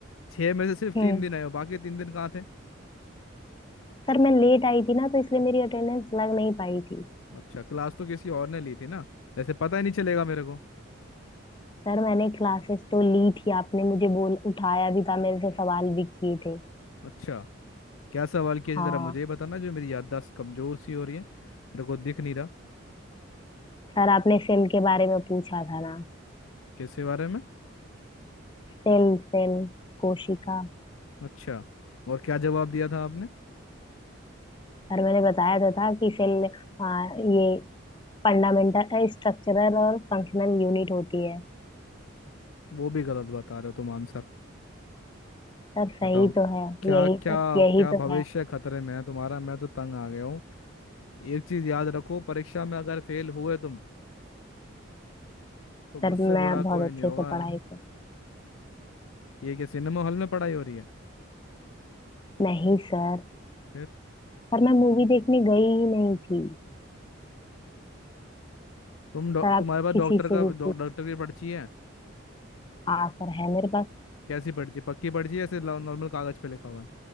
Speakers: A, on the left; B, on the left.
A: छह में से सिर्फ
B: हम्म
A: तीन दिन आए हो बाकी तीन दिन कहाँ थे
B: सर मैं लेट आई थी ना तो इसलिए मेरी अटेंडेंस लग नहीं पाई थी
A: अच्छा क्लास तो किसी और ने ली थी ना जैसे पता ही नहीं चलेगा मेरे को
B: सर मैंने क्लासेस तो ली थी आपने मुझे बोल उठाया भी था मेरे से सवाल भी किए थे
A: अच्छा क्या सवाल किया
B: हाँ
A: थी जरा मुझे ये बताना जो मेरी याददाश्त कमजोर सी हो रही है मेरे को दिख नहीं रहा
B: सर आपने सेल के बारे में पूछा था ना
A: किसके बारे में
B: सेल सेल कोशिका
A: अच्छा और क्या जवाब दिया था आपने
B: सर मैंने बताया तो था कि सेल आ, ये फंडामेंटल स्ट्रक्चरल और फंक्शनल यूनिट होती है
A: वो भी गलत बता रहे हो तुम आंसर
B: सर सही
A: बताओ
B: तो है
A: क्या
B: यही
A: क्या
B: तो यही
A: क्या
B: तो
A: भविष्य
B: है
A: खतरे में है तुम्हारा मैं तो तंग आ गया हूँ एक चीज याद रखो परीक्षा में अगर फेल हुए तुम तो मुझसे
B: सर मैं
A: बुरा
B: बहुत
A: कोई नहीं
B: अच्छे
A: होगा
B: से पढ़ाई करूँ
A: ये क्या सिनेमा हॉल में पढ़ाई हो रही है
B: नहीं सर
A: फिर
B: सर मैं मूवी देखने गई ही नहीं थी
A: तुम डॉ-
B: सर आप
A: तुम्हारे पास
B: किसी
A: डॉक्टर
B: से
A: का
B: भी
A: डॉ-
B: पूछ
A: डॉक्टर की पर्ची है
B: हाँ सर है मेरे पास
A: कैसी पर्ची पक्की पर्ची है ऐसे नॉर्मल कागज पे लिखा हुआ है